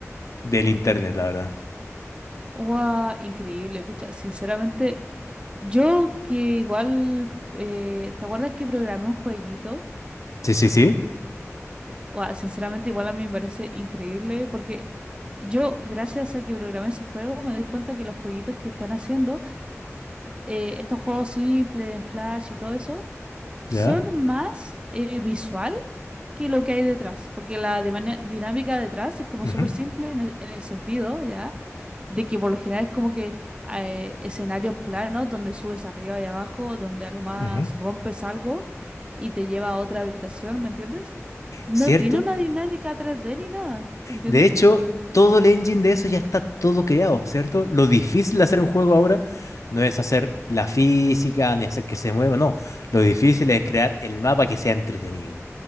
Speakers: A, on the left; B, on the right.
A: del internet, la verdad.
B: Guau, Increíble, pucha. Sinceramente, yo que igual, eh, ¿te acuerdas que programé un jueguito?
A: Sí, sí, sí.
B: Guau, sinceramente, igual a mí me parece increíble porque yo, gracias a que programé ese juego, me doy cuenta que los jueguitos que están haciendo, eh, estos juegos simples en Flash y todo eso, son
A: ¿Ya?
B: más eh, visual que lo que hay detrás, porque la dimania- dinámica detrás es como
A: Ujú,
B: súper simple en el en el sentido, ¿ya? de que por lo general es como que eh, escenarios planos donde subes arriba y abajo, donde a lo más
A: ujú.
B: rompes algo y te lleva a otra habitación, ¿me entiendes? No
A: ¿Cierto?
B: tiene una dinámica 3D ni nada, ¿me entiendes?
A: De hecho, todo el engine de eso ya está todo creado, ¿cierto? Lo difícil de hacer un juego ahora no es hacer la física ni hacer que se mueva, no. Lo difícil es crear el mapa que sea entretenido.